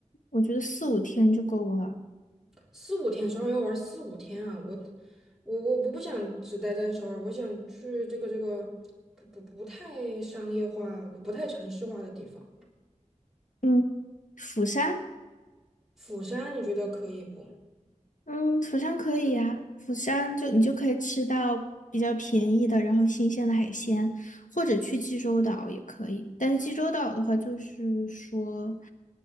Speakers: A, on the left; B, in the centre.
A: 我觉得四五天就够了。
B: 四五天，首尔要玩儿四五天啊！我我我不不想只待在首尔，我想去这个这个不不不太商业化、不不太城市化的地方。
A: 嗯，釜山，
B: 釜山你觉得可以不？
A: 嗯，釜山可以呀、釜山就你就可以吃到比较便宜的，然后新鲜的海鲜，或者去济州岛也可以。但是济州岛的话，就是说。